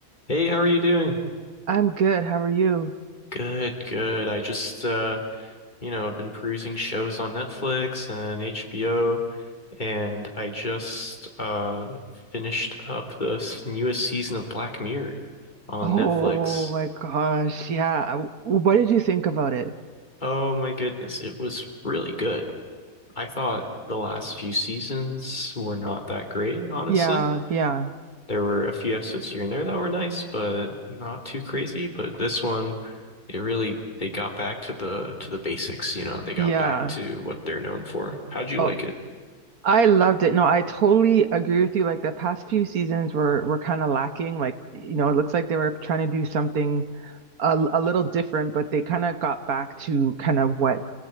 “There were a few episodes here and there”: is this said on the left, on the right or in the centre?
Left